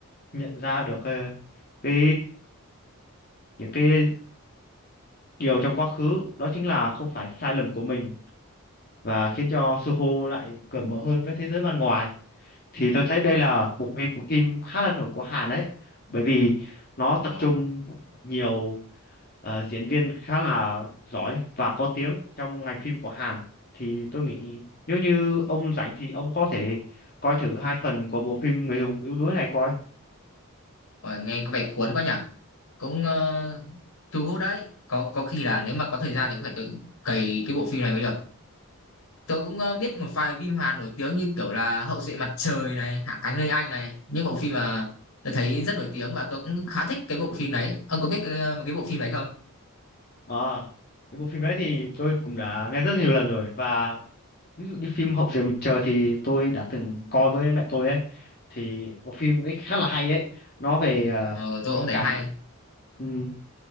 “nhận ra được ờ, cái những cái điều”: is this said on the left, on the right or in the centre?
Left